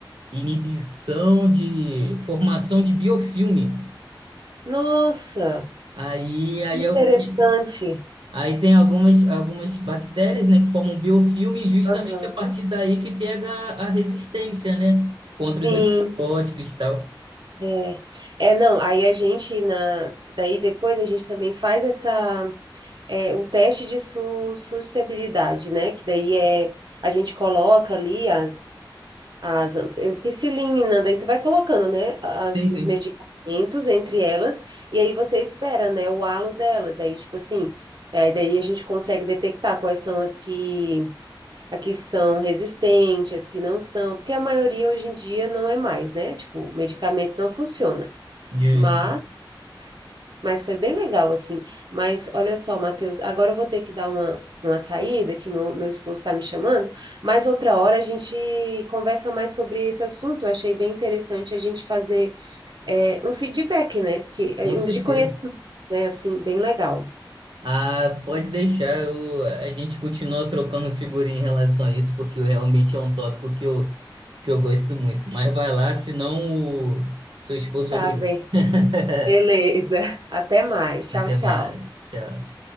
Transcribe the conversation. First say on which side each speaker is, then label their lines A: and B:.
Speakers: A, on the right (about 80°); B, on the right (about 60°).
A: Inibição de formação de biofilme.
B: Nossa,
A: Aí, aí
B: interessante.
A: é o que aí tem algumas algumas bactérias, né, que formam biofilme e justamente
B: Aham.
A: a partir daí que pega a a resistência, né, contra
B: Sim.
A: os antibióticos e tal.
B: É. É, não, aí a gente na daí depois a gente também faz essa é, o teste de su sustentabilidade, né? Que daí é a gente coloca ali as as eh, piscilina, daí tu vai colocando, né, as,
A: Sim,
B: os
A: sim.
B: medicamentos entre elas, e aí você espera, né, o halo dela, daí tipo assim, eh, daí a gente consegue detectar quais são as que, a que são resistentes, as que não são, porque a maioria hoje em dia não é mais, né, tipo, o medicamento não funciona,
A: Justo,
B: mas mas foi bem legal, assim. Mas olha só, Matheus, agora eu vou ter que dar uma, uma saída, que meu, meu esposo está me chamando, mas outra hora a gente conversa mais sobre esse assunto. Eu achei bem interessante a gente fazer é, um feedback, né? Que, é,
A: com certeza.
B: um de conhecimento, né? Assim, bem legal.
A: Ah, pode deixar, eu, a gente continua trocando figurinha em relação a isso, porque eu- realmente é um tópico que eu, que eu gosto muito. Mas vai lá, senão o seu esposo
B: Tá
A: vai brigar.
B: bem.
A: <laughs>
B: Beleza. <laughs> Até mais. Tchau,
A: Até
B: tchau.
A: mais. Tchau.